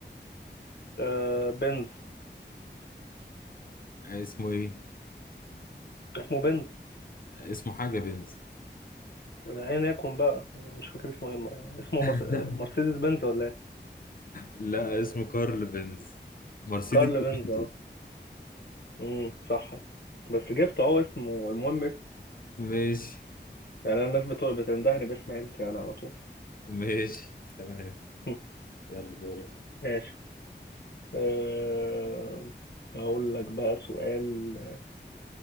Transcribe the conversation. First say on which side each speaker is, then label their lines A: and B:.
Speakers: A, on the left; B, on the left.
A: آه، بنز
B: آه، اسمه إيه؟
A: اسمه بنز
B: آه، اسمه حاجة بنز
A: ايا يكن بقى مش فاكر اسمه ايه اسمه
B: <laughs>
A: مر... مرسيدس بنز ولا ايه
B: لا اسمه كارل بنز مرسيدس
A: كارل بنز
B: بنتو
A: اه امم صح بس جبت اهو اسمه المهم اسمه
B: ماشي
A: يعني انا الناس بتقول بتندهني باسم عيلتي انا على طول
B: ماشي تمام
A: <laughs>
B: يلا دورك
A: ماشي أه... اقول لك بقى سؤال